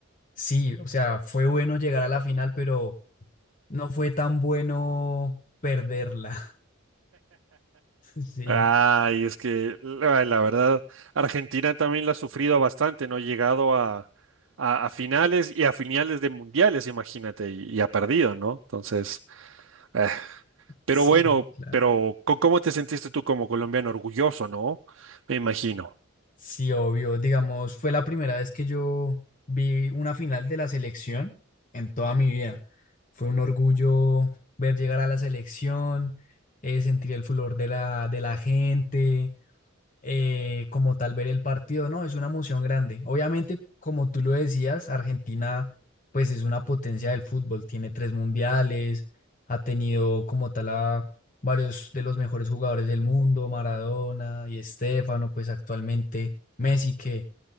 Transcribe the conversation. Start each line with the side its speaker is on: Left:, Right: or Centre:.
Left: sí, o sea, fue bueno llegar a la final, pero no fue tan bueno perderla. <laughs> Sí,
Right: Ay, es que la, la verdad, Argentina también la ha sufrido bastante, no ha llegado a, a- a finales y a finales de mundiales, imagínate, y, y ha perdido, ¿no? Entonces, eh, pero
Left: sí,
Right: bueno,
Left: claro.
Right: pero co- ¿cómo te sentiste tú como colombiano? Orgulloso, ¿no? Me imagino.
Left: Sí, obvio. Digamos, fue la primera vez que yo vi una final de la selección en toda mi vida. Fue un orgullo ver llegar a la selección, eh, sentir el flor de la, de la gente. eh, como tal ver el partido, ¿no? Es una emoción grande. Obviamente, como tú lo decías, Argentina pues es una potencia del fútbol, tiene tres mundiales, ha tenido como tal a varios de los mejores jugadores del mundo, Maradona y Estefano, pues actualmente Messi, que